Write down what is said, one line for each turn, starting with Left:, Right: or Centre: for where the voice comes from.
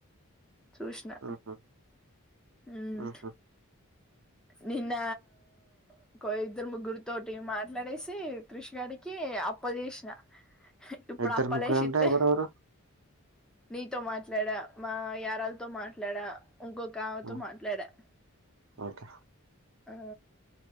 Centre: చూషినా
Right: ఉహు
Centre: ఉమ్
Right: ఉహు
Centre: నిన్న వ్ కో ఇద్దరు ముగ్గురితోటి మాట్లాడేసి క్రిష్ గాడికి అప్పలు చేషినా ఇప్పుడు
Right: ఇద్దరు
Centre: అప్పాలేషిత్తే
Right: ముగ్గురు అంటే ఎవరెవరు
Centre: నీతో మాట్లాడా మా యారాలతో మాట్లాడా ఇంకొకామెతో
Right: ఆ!
Centre: మాట్లాడా
Right: <unintelligible>
Centre: ఆ